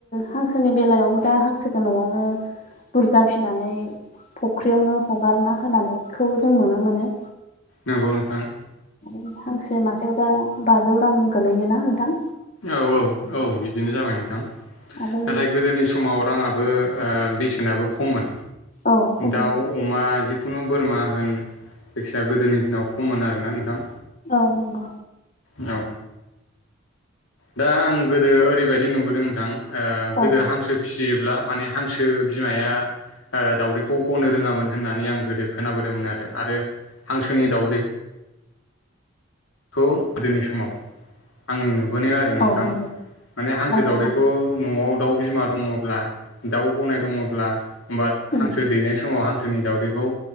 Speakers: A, on the left; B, on the left.
A: हांसोनि बेलायावबो दा हांसोखौ न'आवनो बुरजाफिना नै फुख्रियावनो हगारना होनानैखौ जों नुनो मोनो।
B: नंगौ नोंथां।
A: आरो हांसो मासेयाव दा बाजौ रां गोलैयोना नोंथां
B: औ औ औ बिदिनो जाबाय नोंथां
A: आगोल
B: नाथाय गोदोनि समाव राङा बो ओ बेसेनाबो खम्मोन
A: औ खममोन
B: दाव अमा जिखु खुनु बोरमा होन जायखिजाया गोदोनि दिनाव खममोन आरोना नोंथां
A: औ नांगौ
B: औ दा आं गोदो ओरैबायदि नुबोदों नोंथां ओ
A: औ
B: गोदो हांसो फिसियोब्ला माने हांसो बिमाया दाउदैखौ गनो रोङामोन होननानै आं गोदो खोनाबोदोंमोन आरो आरो हांसोनि दाउदै <inaudible> खौ गोदोनि समाव आंनि नु बोनायाव आरो नोंथां
A: औ नंगौ
B: माने हांसो
A: औ
B: दावदैखौ
A: औ
B: न'आव दाउ बिमा दङब्ला दाउ गनाय दङब्ला हा
A: उम
B: हांसो दैनाय समाव हांसो हांसोनि दाउदैखौ